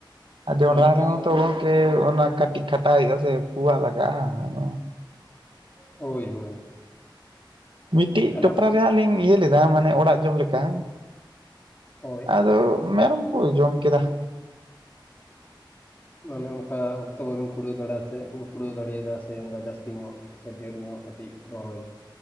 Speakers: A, on the right; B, on the left.
A: ᱟᱨ ᱡᱚᱸᱰᱨᱟ
B: ᱚᱱᱟ ᱚᱠᱛᱚ
A: ᱨᱮᱦᱚᱸ
B: ᱜᱮ ᱵᱟᱝ
A: ᱛᱚ ᱜᱚᱢᱠᱮ ᱚᱱᱟ ᱠᱷᱟᱴᱤᱜ ᱠᱷᱟᱴᱟ ᱦᱳᱭᱳᱜᱼᱟ ᱥᱮ ᱯᱩᱣᱟ ᱞᱟᱜᱟᱜᱼᱟ᱾ ᱟᱫᱚ
B: ᱦᱳᱭ ᱦᱳᱭ,
A: ᱢᱤᱜᱴᱤᱜ
B: ᱢᱮᱱᱠᱷᱟᱱ
A: ᱴᱚᱯᱨᱟ
B: ᱚᱠ-
A: ᱨᱮ ᱦᱟᱸᱜ ᱞᱤᱧ ᱤᱭᱟᱹ ᱞᱮᱫᱟ ᱢᱟᱱᱮ ᱚᱲᱟᱜ ᱡᱚᱢ ᱞᱮᱠᱟ,
B: ᱦᱳᱭ
A: ᱟᱫᱚ ᱢᱮᱨᱚᱢ ᱠᱚ ᱡᱚᱢ ᱠᱮᱫᱟ ᱾
B: ᱢᱟᱱᱮ ᱚᱱᱠᱟ ᱚᱠᱛᱚ ᱵᱟᱵᱮᱱ ᱠᱩᱲᱟᱹᱣ ᱫᱟᱲᱮ ᱟᱛᱮ ᱠᱩᱲᱟᱹᱣ ᱫᱟᱲᱮᱼᱟᱫᱟ ᱾ ᱥᱮ ᱚᱸᱠᱟ ᱡᱟᱹᱥᱛᱤ ᱧᱚᱜ ᱥᱮ ᱰᱷᱮᱨ ᱧᱚᱜ, ᱠᱟᱹᱴᱤᱡ ᱨᱚᱦᱚᱭ